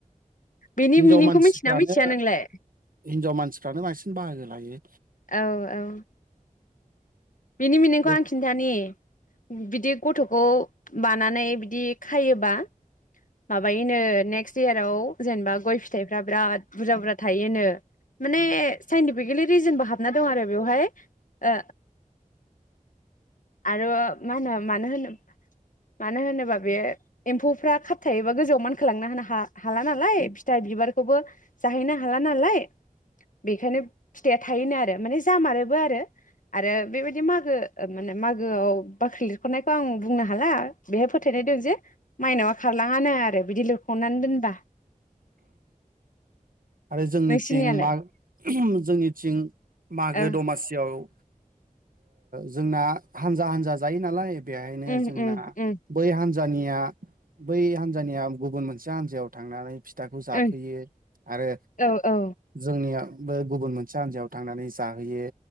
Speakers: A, on the left; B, on the right.
A: बिनि
B: हिनजाव
A: मिनिंखौ
B: मानसिफ्रानो
A: मिथिना मिथिया नोंलाय?
B: हिनजाव मानसिफ्रानो बांसिन बाहागो लायो।
A: औ औ बिनि मिनिंखौ
B: बे
A: आं खिन्थानि बिदि गथ'खौ बानानै बिदि खायोबा माबायोनो नेक्स्ट इयाराव जेनेबा गय फिथाइफ्रा बिराद बुरजा बुरजा थायोनो माने साइन्टिफिकेलि रिजोनबो हाबना दं आरो बेवहाय ओ आरो मा होनो मानो होनो मानो होनोबा बे एम्फौफ्रा खाबथायायोबा गोजौआव मानखोलांनो हा-हाला नालाय फिथाइ बिबारखौबो जाहैनो हाला नालाय बेखायनो फिथाइया थायोनो आरो माने जामारोबो आरो, आरो बेबायदि मागो माने मागोआव बाख्रि लिरख'ननायखौ आं बुंनो हाला बेहाय फोथायनाय दं जे माइनावआ खारलाङानो आरो बिदि लिरख'ननानै दोनबा।
B: आरो जोंनिथिं
A: नोंसिनियालाय
B: मा जोंनिथिं मागो
A: ओ
B: दमासियाव ओ जोंना हानजा हानजा जायो नालाय बेहायनो
A: उम
B: जोंना
A: उम उम
B: बै हानजा हानजानिया बै हान्जानिया गुबुन मोनसे हान्जायाव थांनानै फिथाखौ जाफैयो
A: उम
B: आरो
A: औ औ
B: जोंनिया बे गुबुन मोनसे हान्जायाव थांनानै जाहैयो